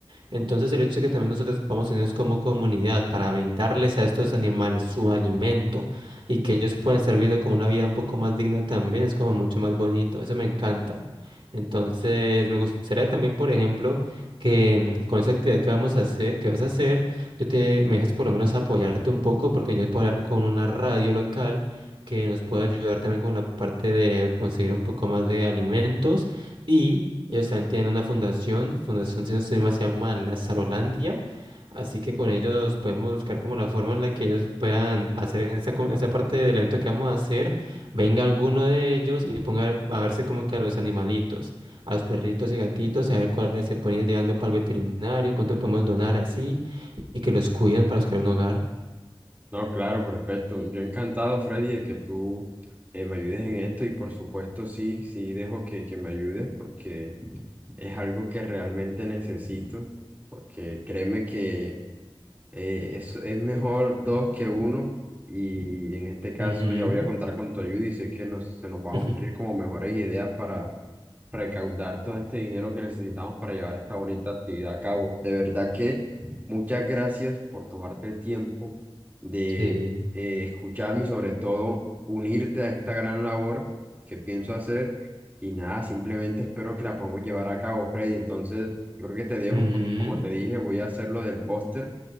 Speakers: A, on the right; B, on the right.
A: Entonces el hecho de que también nosotros podamos unirnos como comunidad para brindarles a estos animales su alimento y que ellos puedan estar viendo como una vida un poco más digna también es como mucho más bonito, eso me encanta. Entonces me gustaría también, por ejemplo, que en- con esa actividad que vamos a hacer, que vas a hacer, yo te me dejes por lo menos apoyarte un poco porque yo puedo hablar con una radio local que nos pueda ayudar también con la parte de conseguir un poco más de alimentos. Ellos también tienen una fundación, fundación si no estoy mal, se llama Lazarolandia, así que con ellos podemos buscar como la forma en la que ellos puedan hacer esa, co- esa parte del evento que vamos a hacer, venga alguno de ellos y ponga a verse como que a los animalitos, a los perritos y gatitos, y a ver cuáles se pueden ir llevando para el veterinario, cuánto podemos donar así, y que los cuiden para buscar un hogar.
B: No, claro, perfecto. Yo encantado, Freddy, de que tú eh, me ayudes en esto y por supuesto sí, sí dejo que, que me ayudes porque es algo que realmente necesito, porque créeme que eh, es, es mejor dos que uno y en este caso
A: Ujú,
B: ya voy a contar con tu ayuda y sé que nos, se nos van
A: ujú,
B: a ocurrir como mejores ideas para recaudar todo este dinero que necesitamos para llevar esta bonita actividad a cabo. De verdad que muchas gracias por tomarte el tiempo de
A: Sí.
B: eh, escucharme y sobre todo unirte a esta gran labor que pienso hacer. Y nada, simplemente espero que la podamos llevar a cabo, Freddy. Entonces, yo creo que te dejo
A: ujú.
B: porque como te dije, voy a hacer lo del póster